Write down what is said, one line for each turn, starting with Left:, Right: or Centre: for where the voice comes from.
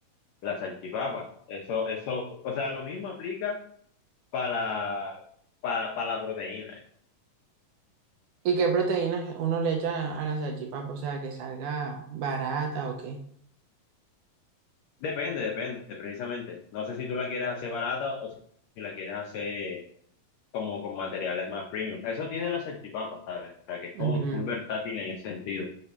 Left: la salchipapa. Eso, eso, o sea, lo mismo aplica para, para, para la proteína.
Right: ¿Y qué proteínas uno le echa a la salchipapa? O sea, que salga barata o qué.
Left: Depende, depende, precisamente. No sé si tú la quieres hacer barata o si la quieres hacer como con materiales más premium. Eso tiene la salchipapa, ¿sabes? O sea, que es como
Right: Ujú,
Left: full versátil en ese sentido.